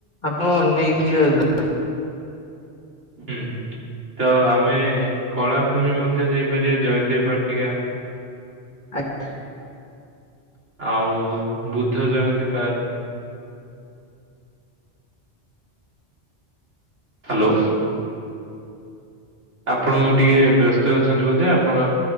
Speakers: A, on the left; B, on the right.
A: ଆପଣ ନେଇକି ଯିବେ
B: ହୁଁ ତ ଆମେ କଳାଭୂମି ମଧ୍ୟ ଯାଇପାରିବା ଜୟଦେବ ବାଟିକା।
A: ଆଜ୍ଞା।
B: ଆଉ ବୁଦ୍ଧ ଜୟନ୍ତୀ ପାର୍କ ହ୍ୟାଲୋ। ଆପଣ ଟିକେ ବ୍ୟସ୍ତ ଅଛନ୍ତି ବୋଧେ ଆପଣ